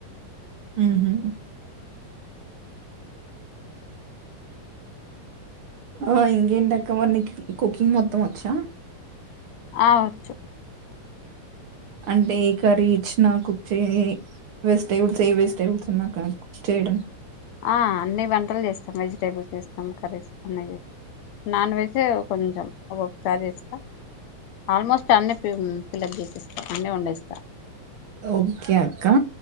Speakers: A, on the right; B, on the left.
A: ఉహూ ఆ ఇంకేంటక్క మరి నీకి కుకింగ్ మొత్తం వచ్చా?
B: ఆ వచ్చు.
A: అంటే ఏ కర్రీ ఇచ్చినా కుక్ చే వెజిటేబుల్స్ ఏ వెజిటేబుల్స్ ఉన్నా కా కుక్ చేయడం.
B: ఆ అన్ని వంటలు చేస్తాం. వెజిటేబుల్స్ చేస్తాం. కర్రీస్ అన్ని చేస్తాం. నాన్ వెజ్ ఏ కొంచెం ఒసారి చేస్తా. ఆల్మోస్ట్ అన్ని హ్ ఫిలప్ చేసేస్తా, అన్నీ వండేస్తా.
A: ఓకే అక్కా.